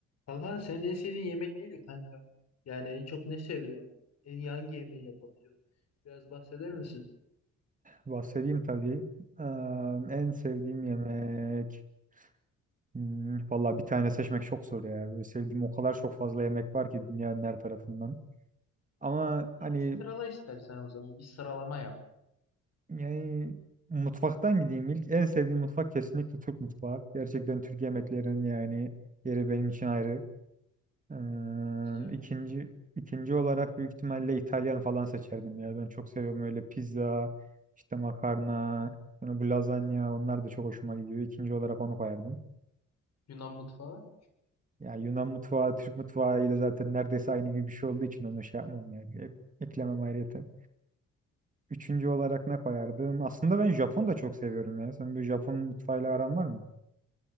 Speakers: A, on the left; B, on the right.
A: Kanka sen en sevdiğin yemek neydi kanka? Yani en çok ne seviyorsun? En iyi hangi yemeği yapabiliyorsun? Biraz bahseder misin?
B: Bahsedeyim tabii. Eee, en sevdiğim yemek. Hmm, valla bir tane seçmek çok zor ya. Böyle sevdiğim o kadar çok fazla yemek var ki dünyanın her tarafından. Ama
A: Ya
B: hani
A: sırala istersen o zaman. Bir sıralama yap.
B: yani mutfaktan gideyim ilk. En sevdiğim mutfak kesinlikle Türk mutfağı. Gerçekten Türk yemeklerinin yani yeri benim için ayrı. Eee
A: Katılıyorum.
B: ikinci ikinci olarak büyük ihtimalle İtalyan falan seçerdim ya. Ben çok seviyorum öyle pizza, işte makarna, sonra bu lazanya onlar da çok hoşuma gidiyor. İkinci olarak onu koyardım.
A: Yunan mutfağı.
B: Ya Yunan mutfağı Türk mutfağı ile zaten neredeyse aynı gibi bir şey olduğu için onu şey yapmam yani. Ek- Eklemem ayrıyeten. Üçüncü olarak ne koyardım? Aslında ben Japon da çok seviyorum ya. Sen bir Japon mutfağıyla aran var mı?